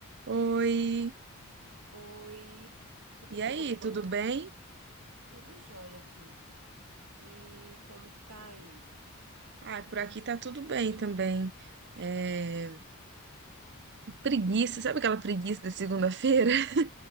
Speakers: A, on the right; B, on the right.
A: Oi,
B: Oi, tudo
A: e
B: bem?
A: aí, tudo bem?
B: Tudo jóia aqui. E como que tá aí?
A: Ah, por aqui tá tudo bem também. É, Preguiça, sabe aquela preguiça da segunda-feira? <laughs>